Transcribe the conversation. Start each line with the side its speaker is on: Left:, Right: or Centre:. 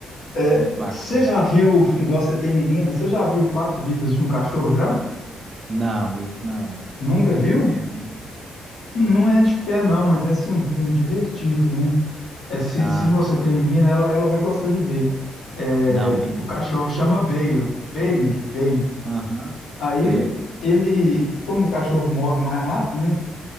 Left: É,
Right: Muito bacana.
Left: você já viu, igual você tem menina, você já viu Quatro Vidas de um Cachorro já?
Right: Não, isso não.
Left: Nunca
Right: É
Left: viu?
Right: de festa, né?
Left: Não é de fé, não, mas é assim, um filme divertido, né? É, se,
Right: Ah,
Left: se você
Right: tá.
Left: tem menina, ela, ela vai gostar de ver. É,
Right: não, beleza.
Left: o cachorro chama Bale, Bailey, Bailey.
Right: Aham,
Left: Aí
Right: sei.
Left: ele, como o cachorro morre mais rápido, né?